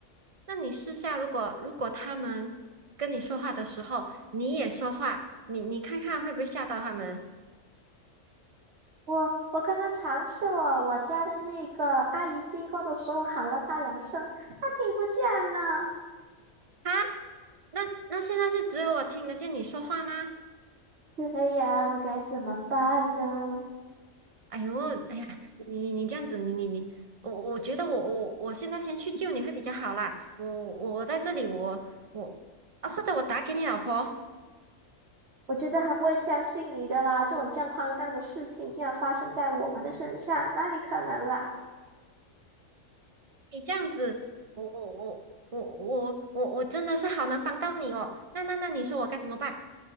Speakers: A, on the right; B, on the right.
A: 那你试下，如果如果他们跟你说话的时候，你也说话，你你看看会不会吓到他们？
B: 我我刚刚尝试了，我家的那个阿姨经过的时候喊了她两声，她听不见呢。
A: 啊，那那现在是只有我听得见你说话吗？
B: 对呀，我该怎么办呢？
A: 哎呦，哎呀，你你这样子，你你你，我我觉得我我我现在先去救你会比较好啦。我我我在这里，我我啊，或者我打给你老婆，
B: 我觉得他不会相信你的啦，这种这样荒诞的事情竟然发生在我们的身上，哪里可能啦？
A: 你这样子，我我我我我我我真的是好难帮到你哦。那那那你说我该怎么办？